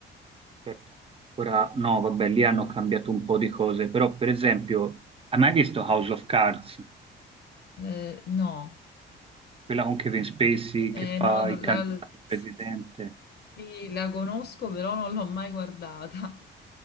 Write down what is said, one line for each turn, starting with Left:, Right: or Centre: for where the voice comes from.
Right: aspetta, ora no, vabbè, lì hanno cambiato un po' di cose, però per esempio, hai mai visto House of Cards?
Left: eh, no,
Right: Quella con Kevin Spacey
Left: Eh,
Right: che fa
Left: no, la,
Right: il candidato
Left: la- sì,
Right: presidente.
Left: sì, la conosco però non l'ho mai guardata.